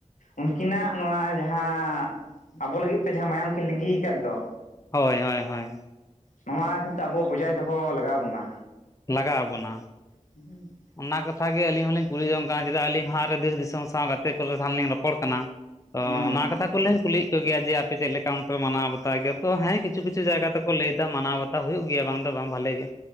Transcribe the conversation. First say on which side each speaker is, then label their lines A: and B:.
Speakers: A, on the left; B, on the left.
A: ᱩᱱᱠᱤᱱᱟᱜ ᱱᱚᱣᱟ ᱡᱟᱦᱟᱸ ᱟᱵᱚ ᱞᱟᱹᱜᱤᱫ ᱛᱮ ᱡᱟᱦᱟᱸ ᱢᱟᱭᱟᱢ ᱠᱤᱱ ᱞᱤᱸᱜᱤᱭ ᱠᱟᱫ ᱫᱚ᱾
B: ᱦᱚᱭ - ᱦᱚᱭ - ᱦᱚᱭ
A: ᱱᱚᱣᱟ ᱠᱤᱱᱛᱩ ᱟᱵᱚ ᱵᱚᱡᱟᱭ ᱫᱚᱦᱚ ᱞᱟᱜᱟᱣ ᱵᱚᱱᱟ᱾
B: ᱞᱟᱜᱟᱣ ᱟᱵᱚᱱᱟ᱾
A: <inaudible>
B: ᱚᱱᱟ ᱠᱟᱛᱷᱟ ᱜᱮ ᱟᱹᱞᱤᱧ ᱦᱚᱞᱤᱧ ᱠᱩᱞᱤ ᱡᱚᱝ ᱠᱟᱱᱟ, ᱪᱮᱫᱟᱜ ᱟᱹᱞᱤᱧ ᱦᱟᱸᱜ ᱨᱮ ᱫᱮᱥ ᱫᱤᱥᱚᱢ ᱥᱟᱶ ᱜᱟᱛᱮ ᱠᱚᱨᱮ ᱥᱟᱶ ᱞᱤᱧ ᱨᱚᱯᱚᱲ ᱠᱟᱱᱟ᱾ ᱛᱚ
A: ᱦᱩᱸ
B: ᱚᱱᱟ ᱠᱟᱛᱷᱟ ᱠᱚᱞᱤᱧ ᱠᱩᱞᱤᱼᱤᱡ ᱠᱚᱜᱮᱭᱟ᱾ ᱡᱮ ᱟᱯᱮ ᱪᱮᱫ ᱞᱮᱠᱟ ᱚᱱᱛᱮᱯᱮ ᱢᱟᱱᱟᱣ ᱵᱟᱛᱟᱣ ᱜᱮᱭᱟ ᱛᱚ ᱦᱮᱸ ᱠᱤᱪᱷᱩ - ᱠᱤᱪᱷᱩ ᱡᱟᱭᱜᱟ ᱫᱚᱠᱚ ᱞᱟᱹᱭᱫᱟ᱾ ᱢᱟᱱᱟᱣ ᱵᱟᱛᱟᱣ ᱦᱩᱭᱩᱜ ᱜᱮᱭᱟ ᱵᱟᱝ ᱫᱚ ᱵᱟᱝ ᱵᱷᱟᱞᱮ ᱜᱮ